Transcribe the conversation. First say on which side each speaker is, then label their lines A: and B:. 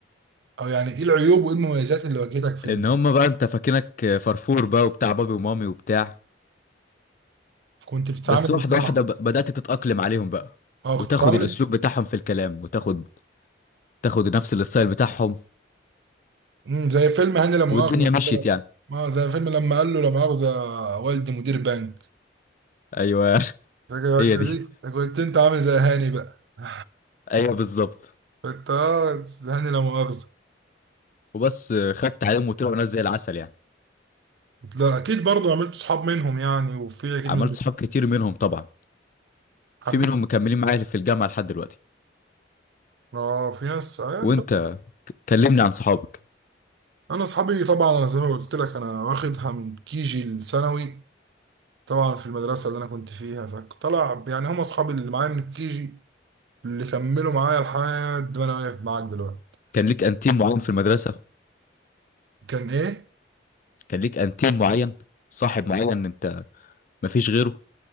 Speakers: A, on the right; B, on the left.
A: او يعني ايه العيوب وايه المميزات اللي واجهتك في ال...
B: ان هما بقى انت فاكرك فرفور بقى وبتاع بابي ومامي وبتاع
A: كنت بتتعامل
B: بس واحدة
A: ازاي
B: واحدة
A: مع
B: ب- بدأت تتأقلم عليهم بقى
A: اه كنت
B: وتاخد
A: بتتعامل
B: الأسلوب بتاعهم في الكلام وتاخد تاخد نفس الستايل بتاعهم
A: امم زي فيلم هاني لا مؤاخذة
B: والدنيا مشيت
A: كده
B: يعني
A: ما زي فيلم لما قال له لا مؤاخذة والدي مدير بنك
B: أيوه
A: فاكر
B: <laughs> هي
A: الحتة
B: دي
A: دي؟ ده كنت انت عامل زي هاني بقى <laughs>
B: أيوه بالظبط
A: كنت اه زي هاني لا مؤاخذة
B: وبس خدت عليهم وطلعوا ناس زي العسل يعني
A: لا اكيد برضو عملت صحاب منهم يعني وفي اكيد
B: عملت
A: من
B: صحاب كتير منهم طبعا
A: حبيت
B: في منهم مكملين معايا في الجامعة لحد دلوقتي
A: اه في ناس آه انت
B: وأنت كلمني عن صحابك
A: انا اصحابي طبعا انا زي ما قلت لك انا واخدها من كيجي الثانوي طبعا في المدرسة اللي انا كنت فيها فطلع يعني هم اصحابي اللي معايا من الكيجي اللي كملوا معايا لحد ما انا واقف معاك دلوقتي
B: كان ليك أنتيم معين في المدرسة
A: كان ايه؟
B: كان ليك أنتيم معين صاحب معين أنت مفيش غيره